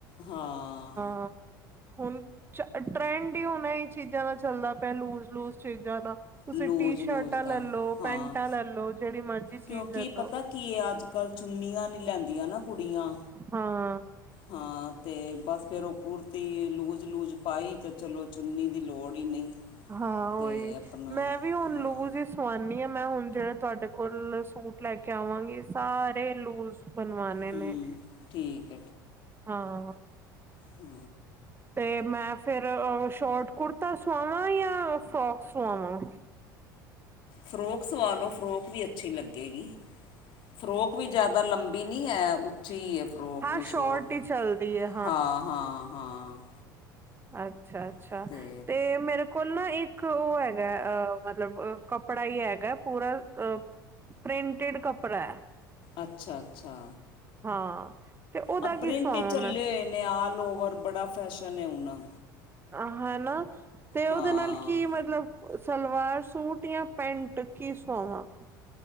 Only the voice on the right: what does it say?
ਹਾਂ, ਹੁਣ ਟ੍ਰੈਂਡ ਹੀ ਹੁਣ ਹੀ ਚੀਜ਼ਾਂ ਨਾਲ ਚੱਲਦਾ ਪੈਆ, ਲੂਜ- ਲੂਜ ਚੀਜ਼ਾਂ ਦਾ। ਤੁਸੀਂ
ਟੀ
ਸ਼ਰਟਾਂ
ਲੈਲੋ,
ਪੈਂਟਾਂ ਲੈਲੋ, ਜਿਹੜੀ ਮਰਜ਼ੀ ਚੀਜ਼
ਲੈ
ਲੋ
ਹਾਂ
ਹਾਂ
ਉਹਈ,
ਮੈਂ ਵੀ ਹੁਣ
ਲੂਜ ਇ ਸਵਾਨੀ ਆ, ਮੈਂ ਹੁਣ ਜਿਹੜੇ ਤੁਹਾਡੇ ਕੋਲ ਸੂਟ ਲੈ ਕੇ ਆਵਾਂਗੀ ਸਾਰੇ ਲੂਜ ਬਣਵਾਣੇ
ਨੇ,
ਹਾਂ।
ਤੇ ਮੈਂ ਫੇਰ ਸ਼ੋਟ ਕੁੜਤਾ ਸੁਆਵਾਂ ਜਾਂ ਫਰੋਕ ਸੁਆਵਾਂ?
ਹਾਂ
ਸ਼ੋਰਟ
ਹੀ ਚੱਲਦੀ ਹੈ
ਅੱਛਾ- ਅੱਛਾ,
ਤੇ ਮੇਰੇ ਕੋਲ ਨਾ, ਇੱਕ ਉਹ ਹੈਗਾ ਅ ਮਤਲਬ ਕੱਪੜਾ ਹੀ ਹੈਗਾ ਪੂਰਾ ਅ ਪ੍ਰਿੰਟੇਡ ਕੱਪੜਾ ਐ।
ਹਾਂ। ਤੇ ਉਹਦਾ
ਕੀ ਸੁਆਵਾਂ
ਮੈਂ
ਆਹ ਹਨਾ, ਤੇ ਉਹਦੇ
ਨਾਲ ਕੀ ਮਤਲਬ ਸਲਵਾਰ ਸੂਟ ਜਾਂ ਪੈਂਟ ਕੀ ਸੁਵਾਵਾਂ?